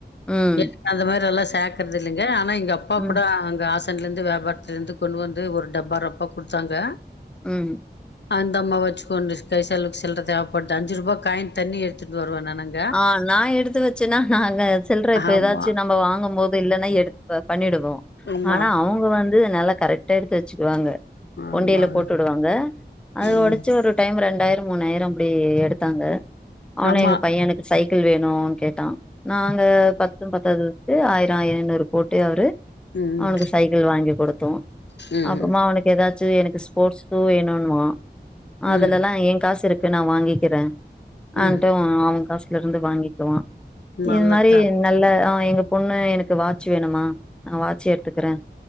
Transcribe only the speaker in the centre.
ம்
ம்
ம்
ஆ நா எடுத்து வச்சன்னா நா அங்க சில்ற இப்ப
ஏதாச்சு நம்ப வாங்கும்போ இல்லன்னா எடுத் பண்ணிடுவோ
ஆனா அவங்க வந்து நல்லா கரெட்டா எடுத்து வச்சுக்குவாங்க
உண்டியல்ல போட்டு வுடுவாங்க அது
ஒடச்சு ஒரு டைம் ரெண்டாயிர மூணாயிர அப்டி எடுத்தாங்க அவனே
எனக்கு சைக்கிள் வேணு கேட்டா நாங்க பத்தும் பத்தாததுக்கு ஆயிர ஐயினூறு போட்டு அவரு
அவனுக்கு சைக்கிள் வாங்கி கொடுத்தோ
அப்றமா அவனுக்கு ஏதாச்சு எனக்கு ஸ்போட்ஸ் ஸூ வேணுன்வா அதுலல்லா
ஏ காஸ் இருக் நா வாங்கிக்கிறே ஆன்டு
அவ காசுல ருந்து வாங்கிக்குவா
இது மாரி நல்ல ஆ எங்க பொண்ணு எனக்கு வாச்சு வேணுமா நா வாச்சி எடுத்துக்கறே